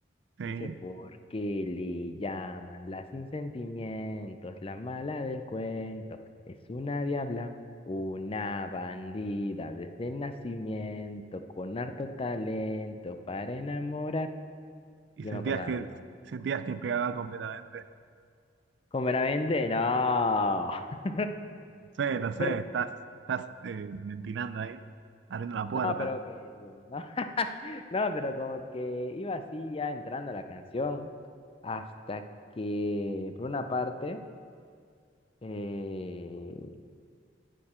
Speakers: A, on the right; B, on the left.
A: sí,
B: Dice, ¿por qué le llaman la sin sentimientos, la mala del cuento? Es una diabla, una bandida desde el nacimiento, con harto talento para enamorar.
A: y
B: Yo
A: sentías
B: me acordaba
A: que,
B: de ahí.
A: sentías que pegaba completamente.
B: Con Benavente, no. <laughs>
A: No sé, no sé,
B: Pero,
A: estás, estás eh, ventilando ahí, abriendo la puerta.
B: no, pero que, no. <laughs> No, pero como que iba así ya entrando la canción hasta que por una parte eh,